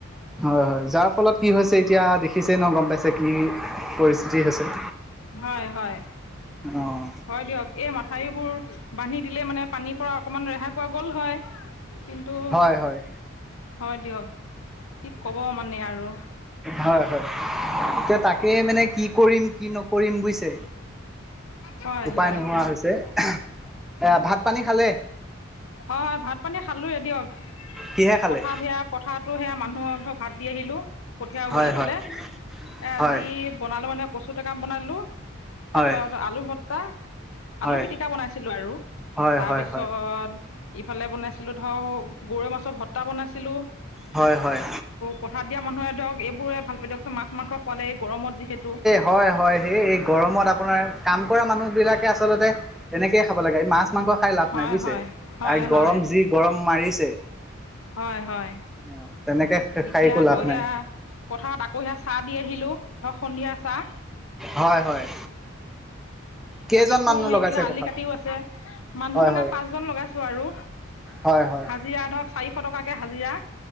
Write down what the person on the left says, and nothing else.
হয়-হয়।
হয় দিয়ক এই মাথাউৰিবোৰ বান্ধি দিলেই মানে পানীৰ পৰা অকমান ৰেহাই পোৱা গ'ল হয়। কিন্তু
হয় দিয়ক কি কব মানে আৰু।
হয়
হয়
হয় ভাত, পানী খালোৱেই দিয়ক।
পথাৰত সেয়া পথাৰটো সেয়া মানুহৰ ধৰক ভাত দি আহিলোঁ, কঠীয়া উঘলিছিলে।
এ
আজি বনালো মানে কচু টেঙা বনালো।
তাৰপিছত আলু ভত্তা,
আলু পিটিকা বনাইছিলো আৰু
তাৰপিছত
তাৰপিছত ইফালে বনাইছিলো ধৰক গৰৈ মাছৰ ভ্ত্তা বনাইছিলো।
পথাৰ দিয়া মানুহে ধৰক এইবোৰেই ভাল পায় দিয়ক চোন। মাছ, মাংস খোৱালে এই গৰমত যিহেতু
হয়
হয় হয়
হয়
হয়-হয়
এতিয়া
আকৌ
হেয়া
পথাৰত আকৌ হেয়া চাহ দি আহিলোঁ ধৰক সন্ধিয়া চাহ
এইফালে কোৰ
মাৰি
পেলাই
আলি কাটিও আছে মানুহ
মানে
পাঁচজন লগাইছো আৰু
হাজিৰা ধৰক চাৰিশ টকাকে হাজিৰা।